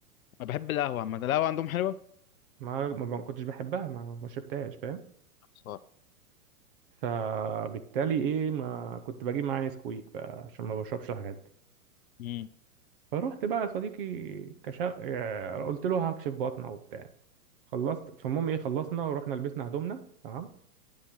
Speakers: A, on the left (about 65°); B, on the right (about 35°).
A: انا بحب القهوة عامة القهوة عندهم حلوة
B: ما ما ما كنتش بحبها ما ما شربتهاش فاهم
A: خسارة
B: فبالتالي ايه ما كنت بجيب معايا نسكويك بقى عشان ما بشربش الحاجات دي
A: امم
B: فروحت بقى يا صديقي كشا... آه، قلت له هكشف بطنه وبتاع خلصت فالمهم ايه خلصنا ورحنا لبسنا هدومنا تمام